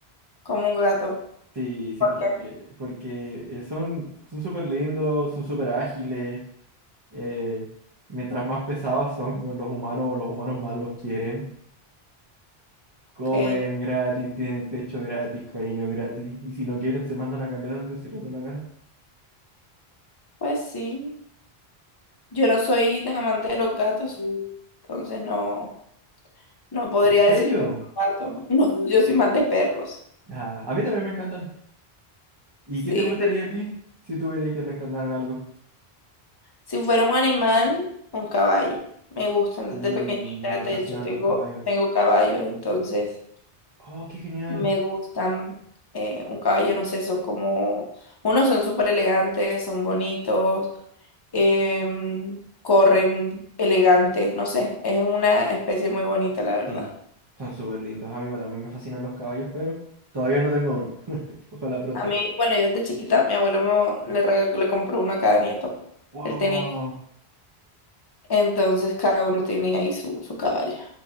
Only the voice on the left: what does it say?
Como un gato.
¿Por qué?
Ok,
pues sí. Yo no soy tan amante de los gatos, entonces no, no podría
decirte que un gato. <laughs> No, yo soy más de perros.
Sí,
Si fuera un animal, un caballo. Me gustan
desde pequeñita,
de
hecho tengo,
tengo caballos, entonces
me gustan eh, un caballo, no sé, son como, unos son súper elegantes, son bonitos, em, corren elegante, no sé, es una especie muy bonita, la verdad.
A mí, bueno, yo desde chiquita, mi abuelo me- le, regaló- le compró una a cada nieto.
Él tenía, entonces cada uno tenía ahí su, su caballo.